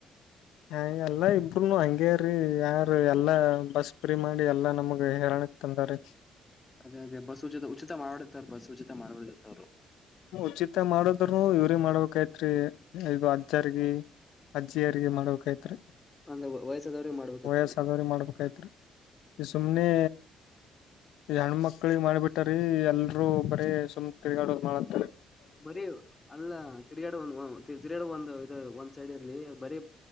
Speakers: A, on the left (about 90°); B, on the left (about 20°).
A: ಹಾ ಎಲ್ಲಾ ಇಬರುನು ಹಂಗೇಯಿರಿ ಯಾರ ಎಲ್ಲಾ ಬಸ್ ಫ್ರೀ ಮಾಡಿ ಎಲ್ಲಾ ನಮಗ ಹೇರಾಣಕ್ ತಂದರೀ
B: ಅದೇ ಅದೇ ಬಸ್ ಉಚಿತ ಉಚಿತ ಮಾಡ್ಬಡ ಬಸ್ ಉಚಿತ ಮಾಡಬರ್ದಿತು ಅವ್ರು
A: ಉಚಿತ ಮಾಡದ್ನು ಇವ್ರಿ ಮಾಡ್ಬೇಕೈತ್ರಿ ಇದು ಅಜ್ಜರ್ಗ ಅಜ್ಜಿಯರ್ಗ ಮಾಡ್ಬೇಕೈತ್ರಿ
B: ಅಂದ್ರೆ ವಯಸ್ಸಾದವ್ರಿಗೆ ಮಾಡ್ಬೇಕಿತ್ತು
A: ವಯಸ್ಸಾದವ್ರಿಗೆ ಮಾಡ್ಬೇಕೈತ್ರಿ ಈ ಸುಮ್ನೆ ಹೆಣ್ಮಕ್ ಮಕ್ಕಳಿಗೆ ಮಾಡಿಬಿಟ್ಟ ರೀ ಎಲ್ರರು ಬರೀ ಸುಮ್ ತಿರ್ಗಾಡ ಮಾಡ
B: ಬರಿ ಅಲ್ಲ ತಿರ್ಗಾಡು ತಿರ್ಗಾಡು ಒಂದು ಇದು <unintelligible> ಬರೀ